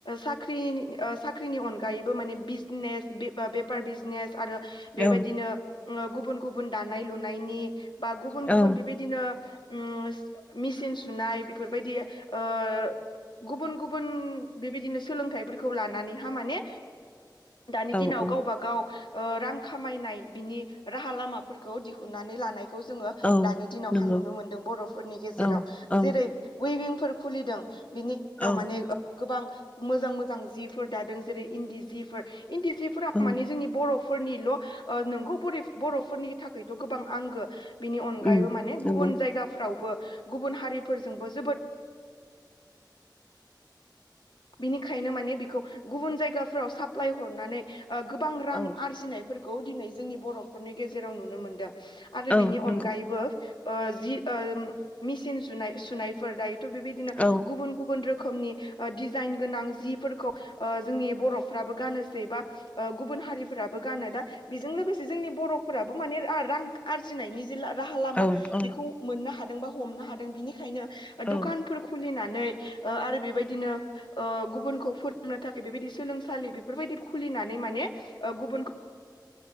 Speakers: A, on the left (about 85°); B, on the left (about 15°).
A: साख्रिनि साख्रिनि अनगायैबो माने बिजनेस बे बेफार बिजनेस आरो
B: औ
A: बेबायदिनो गुबुन गुबुन गुबुन दानाय लुनायनि गुबुन
B: औ
A: गुबुन बेबायदिनो ओ मेसिन सुनाय बेफोरबायदि ओ गुबुन गुबुन बेबायदिनो सोलोंथाइफोरखौ लानानैहा माने दानि
B: औ
A: दिनाव
B: औ
A: गावब गाव ओ रां खामायनाय बिनि राहा लामाफोरखौ दिहुननानै लानाय जोङो
B: औ
A: दानि दिनावहा
B: नंगौ
A: नुनो मोनदों बर'फोरनि गेजेराव
B: औ औ
A: जेरै उइभिं खुलिदों बिनिगेजेराव
B: औ
A: माने गोबां मोजां मोजां जि फोर दादों जेरै इन्दि जिफोर इन्दि सिफोरा
B: औ
A: माने जोंनि बर'फोरनिल'ओ नोंगौ बरिफ बर'फोरनि थाखायथ' गोबां आंगो बिनि अनगायैबो
B: उम
A: माने
B: नंगौ
A: गुबुन जायगाफ्रावबो गुबुन हारिफोरजोंबो जोबोद बिनि खायनो माने बेखौ गुबुन जायगाफ फोराव साप्लााय हरनानै ओ गोबां रां
B: औ
A: आरजिनायफोरखौ दिनै जोंनि बर' फोरफोरनि गेजेराव नुनो मोन्दों आरो
B: औ
A: बिनि
B: नंगौ
A: अनगायैबो ओ जि ओम मेसिन सुनाय-सुनायफोर दायोथ' बेबायदिनो
B: औ
A: गुबुन गुबुन रोख खोमनि ओ दिज जाईन गोनां जिफोरखौ ओ जोंनि बर'फ्राबो गानोसै बा ओ गुबुन हारिफ फोराबो गानो दा बेजों लोगोसे जोंनि बर'फोराबो माने रा-रां आरजिनायनि जे ला राहा लामा
B: औ औ
A: बेखौ मोननो हाद दों बा हमनो हादों बिनिखायनो
B: औ
A: दुखानफोर खुलिनानै नै ओ आरो बेबायदिनो ओ गुबुनखौ फोरोंनो थाखाय बेबायदि सोलोंसालि बेफोरबायदि खुलिनानै माने ओ गुबुनखौ